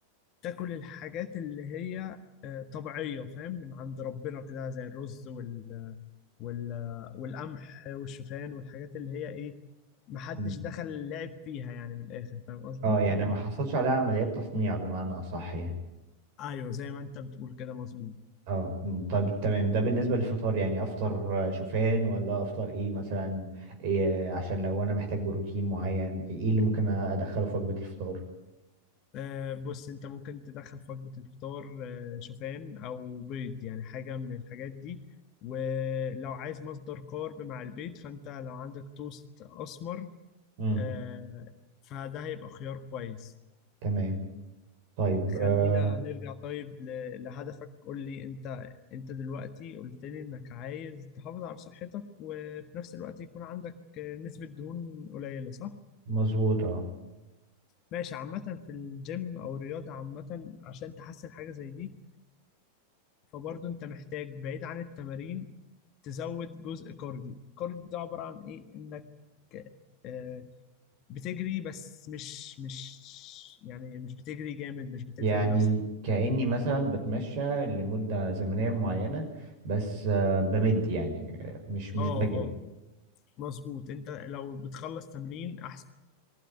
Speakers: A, on the left; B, on the right.
A: تاكل الحاجات اللي هي آه، طبيعية فاهم من عند ربنا كده زي الرز وال وال والقمح والشوفان والحاجات اللي هي ايه محدش
B: مم.
A: دخل لعب فيها يعني من الاخر فاهم قصدي؟
B: اه يعني ما حصلش عليها عمليات تصنيع بمعنى اصح يعني
A: ايوه زي ما انت بتقول كده مظبوط
B: اه طيب تمام ده بالنسبة للفطار يعني افطر آه، شوفان ولا افطر ايه مثلا إيه عشان لو انا محتاج بروتين معين ايه اللي ممكن ادخله في وجبة الفطار
A: آه، بص انت ممكن تدخل في وجبة الفطار آه، شوفان او بيض يعني حاجة من الحاجات دي ولو عايز مصدر كارب مع البيض فانت لو عندك توست اسمر
B: امم
A: آه، فده هيبقى خيار كويس
B: تمام طيب آه
A: خلينا نرجع طيب ل- لهدفك قول لي انت انت دلوقتي قلت لي انك عايز تحافظ على صحتك وفي نفس الوقت يكون عندك آه، نسبة دهون قليلة صح؟
B: مظبوط اه
A: ماشي عامة في الجيم أو الرياضة عامة عشان تحسن حاجة زي دي فبرضه انت محتاج بعيد عن التمارين تزود جزء كارديو الكارديو ده عبارة عن ايه انك آه، بتجري بس مش مش يعني مش بتجري جامد مش بتتعب
B: يعني
A: نفسك
B: كأني مثلا بتمشى لمدة زمنية معينة بس آه، بمد يعني آه، مش مش
A: اه
B: بجري
A: اه مظبوط انت لو بتخلص تمرين احسن